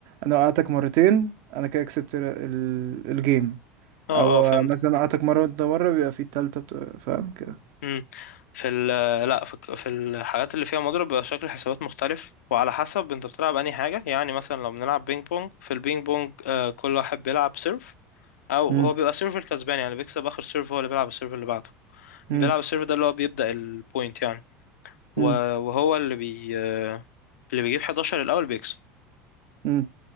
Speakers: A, on the right; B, on the left.
A: أنا وقعتك مرتين أنا كده كسبت ال- ال- الجيم
B: اه
A: أو
B: اه فهمت
A: مثلا وقعتك مرة وأنت مرة بيبقى في التالتة بتبقى فاهم كده
B: امم في ال لا في, ك- في الحاجات اللي فيها مضرب بيبقى شكل الحسابات مختلف وعلى حسب انت بتلعب انهي حاجة يعني مثلا لو بنلعب بينج بونج في البينج بونج آه كل واحد بيلعب سيرف او
A: مم،
B: هو بيبقى سيرفر كسبان يعني بيكسب اخر سيرف هو اللي بيلعب السيرف اللي بعده
A: مم،
B: بيلعب السيرف ده اللي هو بيبدأ البوينت يعني و-
A: مم،
B: وهو اللي بي اللي بيجيب 11 الاول بيكسب
A: مم،